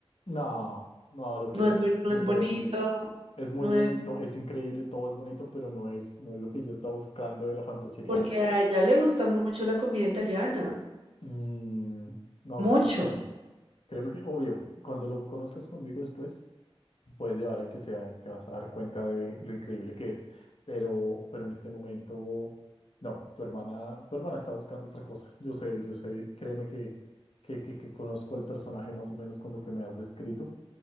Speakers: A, on the left (about 65°); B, on the right (about 65°).
A: No, no, lo que
B: No
A: ella
B: es, bu-
A: busca
B: no
A: es
B: es
A: diferente.
B: bonito,
A: Es muy
B: no
A: bonito,
B: es...
A: es increíble, todo es bonito, pero no es, no es lo que yo estaba buscando de la fantochería.
B: Porque a ella le gusta mucho la comida italiana.
A: Mm, no,
B: mucho.
A: creo que no. Créeme que, obvio, cuando lo conozcas conmigo después, puedes llevar al que sea y te vas a dar cuenta de lo increíble que es. Pero, pero en este momento, no, tu hermana, tu hermana está buscando otra cosa. Yo sé, yo sé, créeme que, que, que, que conozco al personaje más o menos con lo que me has descrito